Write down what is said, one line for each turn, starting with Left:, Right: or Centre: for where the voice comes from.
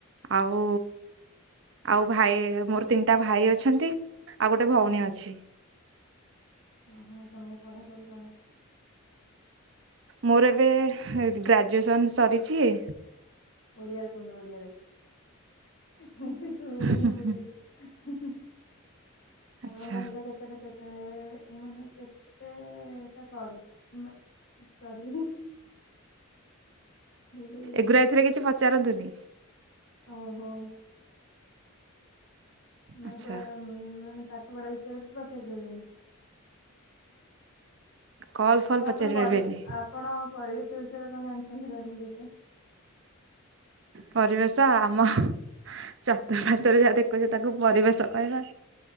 Right: ଆଉ ଆଉ ଭାଇ ମୋର ତିନିଟା ଭାଇ ଅଛନ୍ତି ଆଉ ଗୋଟେ ଭଉଣୀ
Left: ହୁଁ ହୁଁ
Right: ଅଛି।
Left: ଓହୋ ଆପଣଙ୍କ ପଢ଼ାପଢ଼ି କଣ?
Right: ମୋର ଏବେ ଗ୍ରାଜୁଏସନ୍ ସରିଛି।
Left: ଓଡ଼ିଆରେ କୁହନ୍ତୁ ଓଡ଼ିଆରେ। ମୁଁ ବି ଶୁଣିବିନି
Right: ହୁଁ,
Left: <unintelligible>
Right: ହୁଁ। ଆଚ୍ଛା
Left: ଆପଣଙ୍କର ଏଇଟା କେ କେତେ କେତେ ମାନେ କେତେଟା କଲ? ମା ସରି। ଭୁଲ ହେଇଯାଉଛି
Right: ଏଗୁୁରା ଏଥିରେ କିଛି ପଚାରନ୍ତୁନି।
Left: ଓହୋ। ମାନେ
Right: ଆଚ୍ଛା
Left: କହି ମାନେ ପାଠ ପଢା ବିଷୟରେ ପଚାରି ପାରିବନି।
Right: କଲ୍ ଫଲ୍
Left: ହଉ
Right: ପଚାରି
Left: ଆପଣ ପରି
Right: ପାରିବେନି
Left: ଆପଣ ପରିବେଶ ବିଷୟରେ କଣ ଜାଣିଛନ୍ତି କହିଲେ ଦେଖିଆ?
Right: ପରିବେଶ ଆମ ଚତୁଃପାର୍ଶ୍ବରେ ଯାହା ଦେଖୁଛ ତାକୁ ପରିବେଶ କହିବା।